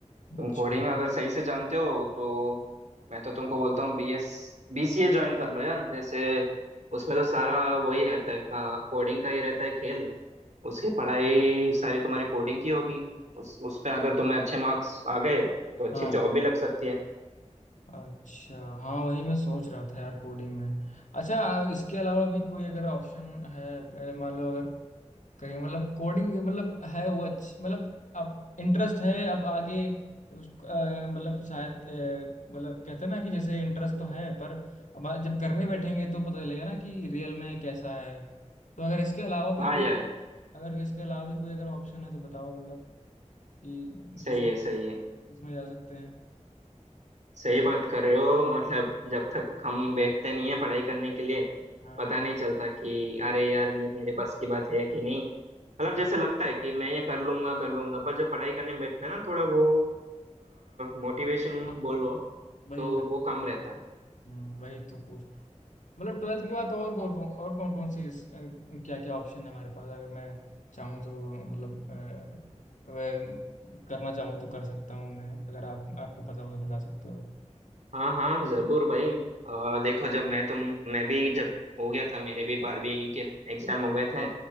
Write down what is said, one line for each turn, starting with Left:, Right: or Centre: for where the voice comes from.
Right: तुम
Left: अच्छा
Right: कोडिंग अगर सही से जानते हो तो मैं तो तुमको बोलता हूँ B S B C A join कर लो यार जैसे उसमें तो सारा वही रहता है का, कोडिंग का ही रहता है खेल उसकी पढ़ाई सारी तुम्हारी कोडिंग की होगी उस उसमें अगर तुम्हें अच्छे मार्क्स आ गए तो अच्छी
Left: हाँ
Right: जॉब भी लग सकती है
Left: अच्छा हाँ वही मैं सोच रहा था यार कोडिंग में अच्छा आ, इसके अलावा भी कोई अगर ऑप्शन है अ, मान लो अगर कहीं मतलब कोडिंग मतलब है वो अच्छी मतलब आप इंटरेस्ट है अब आगे उस- अ, मतलब शायद अ, मतलब कहते हैं ना कि जैसे इंटरेस्ट तो है पर अब आ- जब करने बैठेंगे तो पता चलेगा ना कि रियल में कैसा है तो अगर इसके अलावा भी
Right: हाँ
Left: कोई
Right: यार
Left: अगर इसके अलावा भी कोई अगर ऑप्शन है तो बताओ मतलब कि
Right: सही
Left: किस में
Right: है सही
Left: किस
Right: है
Left: में जा सकते हैं
Right: सही
Left: जैसे
Right: बात कर रहे हो मतलब जब तक हम बैठते नहीं है पढ़ाई करने के लिए
Left: हाँ
Right: पता नहीं चलता कि अरे यार ये मेरे बस की बात है कि नहीं मतलब
Left: हाँ,
Right: जैसे लगता है कि मैं ये कर लूंगा कर लूंगा पर जब पढ़ाई करने बैठते हैं ना थोड़ा वो मोटिवेशन
Left: हाँ,
Right: बोलो
Left: वही
Right: तो
Left: वही
Right: वो कम
Left: हाँ,
Right: रहता है
Left: हम्म, वही तो पूछ मतलब ट्वेल्थ के बाद तो और कौन कौन और कौन कौन सी इस, क्या क्या ऑप्शन है हमारे पास अगर मैं चाहूँ तो मतलब अ, वह करना चाहूँ तो कर सकता हूँ मैं अगर आप आपको पता हो तो बता सकते हो आप
Right: हाँ हाँ जरूर भाई अ, देखो जब मैं तुम मैं भी जब हो गया था मेरे भी बारहवीं के एग्जाम हो गए थे